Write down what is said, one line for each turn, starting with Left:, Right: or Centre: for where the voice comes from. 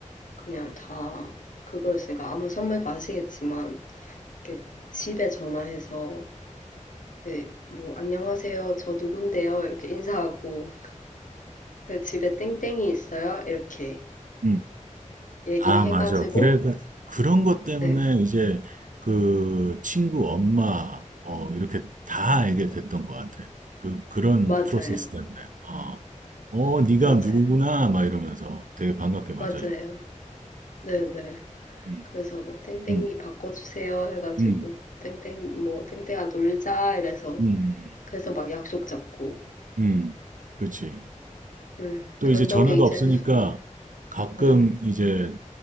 Left: 그냥 다 그거였으니까 아마 선배도 아시겠지만 이렇게 집에 전화해서 이렇게 뭐 안녕하세요 저 누군데요 이렇게 인사하고 그 집에 땡땡이 있어요 이렇게
Right: 음.
Left: 얘기해가지고
Right: 아 맞아. 그러니까 그런 것 때문에
Left: 네
Right: 이제 그 친구 엄마 어 이렇게 다 알게 됐던 것 같아. 그 그런
Left: 맞아요
Right: 프로세스 때문에. 어. 어, 네가
Left: 맞아요
Right: 누구구나 막 이러면서 되게 반갑게 맞아주고.
Left: 맞아요 네네
Right: 음.
Left: 그래서 뭐 땡땡이
Right: 음.
Left: 바꿔주세요 해가지고
Right: 음.
Left: 땡땡 뭐 땡땡아 놀자 이래서
Right: 음.
Left: 그래서 막 약속 잡고
Right: 음, 그렇지.
Left: 음
Right: 또
Left: 그랬던
Right: 이제 전화가
Left: 게 이제는
Right: 없으니까
Left: 음,
Right: 가끔
Left: 네.
Right: 이제